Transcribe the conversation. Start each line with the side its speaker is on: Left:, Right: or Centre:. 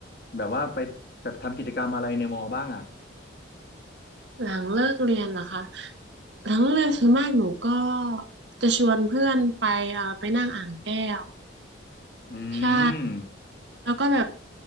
Left: แบบว่าไปแบบทำกิจกรรมอะไรในมอบ้างอ่ะ
Right: หลังเลิกเรียนเหรอคะหลังเลิกเรียนส่วนมากหนูก็จะชวนเพื่อนไปเอ่อไปนั่งอ่างแก้ว
Left: อื
Right: ใช่
Left: ม
Right: แล้วก็แบบ